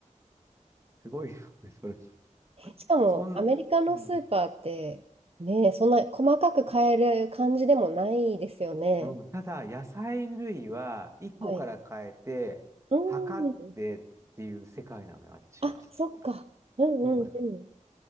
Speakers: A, on the right (about 20°); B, on the right (about 50°).
A: すごいよね、それ。
B: しかも、
A: そん、
B: アメリカのスーパーって、
A: うん、
B: ね、そんな細かく買える感じでもないですよね。
A: うん、ただ、野菜類は1個から変えて、
B: はい。うん。
A: 測ってっていう世界なのよ、あっちは。
B: あ、
A: そ
B: そっか。うんうんうん。
A: うなの。